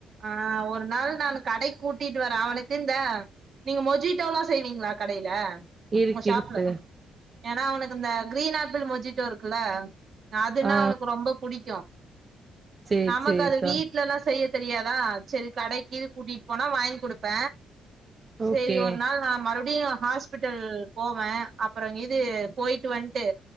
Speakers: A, on the right; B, on the right.
A: ஆ ஒரு நாள் நா அவன கடைக்கு கூட்டிட்டு வரே அவனுக்கு இந்த நீங்க மொஜிட்டோலா செய்வீங்களா கடைல
B: இருக்கு
A: உங்க ஷாப்ல
B: இருக்கு
A: ஏன்னா அவனுக்கு இந்த கிரீன் ஆப்பிள் மொஜிட்டோ இருக்குல்ல அதுனா
B: ஆ
A: அவனக்கு ரொம்ப புடிக்கு
B: சேரி
A: நமக்கு
B: சேரிக்கா
A: அத வீட்லல்லா செய்ய தெரியாதா சரி கடைக்கு இது கூட்டிட்டு போனா வாங்கி குடுப்ப செரி
B: ஓகே
A: ஒரு நாள். அ மறுபடியு ஹாஸ்பிட்டல் போவ அப்ற இது போய்ட்டு வந்ட்டு.